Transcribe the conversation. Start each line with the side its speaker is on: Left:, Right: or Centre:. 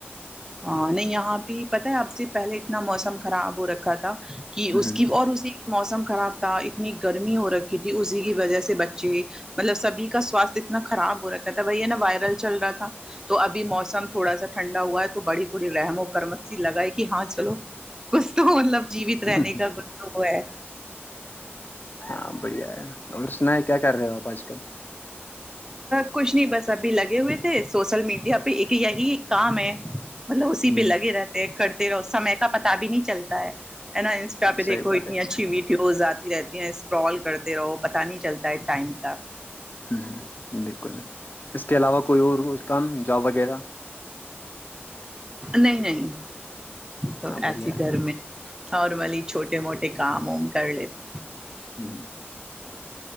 Right: ہ نہیں یہاں بھی پتہ ہے اب سے پہلے اتنا موسم خراب ہو رکھا تھا کہ
Left: ہوں،
Right: اس کی اور اسی موسم خراب تھا اتنی گرمی ہو رکھی تھی اسی کی وجہ سے بچے مطلب سبھی کا سواستھ اتنا خراب ہو رکھا تھا وہی ہے نا وائرل چل رہا تھا تو ابھی موسم تھوڑا سا ٹھنڈا ہوا ہے تو بڑی بڑی رحم و کرمی لگا ہے کہ ہاں چلو کچھ تو مطلب جیوت رہنے
Left: ہوں،
Right: کا ب وہ ہے
Left: ہاں بڑھیا ہے اور سنا ہے کیا کر رہے ہو آپ آج کل
Right: کچھ نہیں بس ابھی لگے ہوئے تھے سوشل میڈیا پہ ایک یہی ایک کام ہے مطلب اسی پہ
Left: ہ
Right: لگے رہتے ہیں کرتے رہو سمے کا پتا بھی نہیں چلتا ہے ہے نا انسٹا پہ دیکو
Left: صحیح بات
Right: ات
Left: ہے
Right: اچھی ویٹ کیوز آتی رہتی ہیں اسکرال کرتے رہو پتا نہیں چلتا ہے ٹائم کا
Left: ہ ہوں بالکل اس کے علاوہ کوئی اور کام جاب وغیرہ
Right: نہیں نہیں تو
Left: ہاں بڑھیا
Right: ایسی گر میں اور وہی چھوٹے موٹے کام وم کر لیتے
Left: ہے ہوں،